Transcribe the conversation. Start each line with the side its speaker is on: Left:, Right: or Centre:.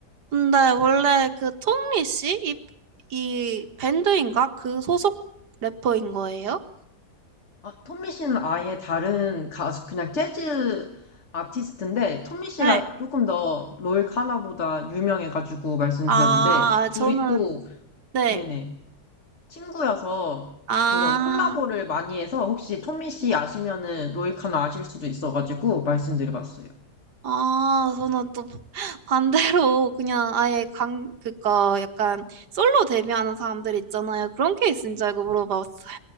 Right: 근데 원래 그 톰리 씨? 이, 이 밴드인가? 그 소속 래퍼인 거예요?
Left: 아, 톰미 씨는 아예 다른 가수, 그냥 재즈 아티스트인데, 톰미 씨가
Right: 네.
Left: 조금 더 롤 카나보다 유명해가지고 말씀드렸는데,
Right: 아,
Left: 둘이
Right: 저는,
Left: 또,
Right: 네.
Left: 네네, 친구여서
Right: 아,
Left: 그런 콜라보를 많이 해서, 혹시 톰미씨 아시면은 롤 카나 아실 수도 있어가지고 말씀드려봤어요.
Right: 아, 저는 또 <laughs> 반대로 그냥 아예 강, 그니까 약간 솔로 데뷔하는 사람들 있잖아요. 그런 케이스인 줄 알고 물어봤어요.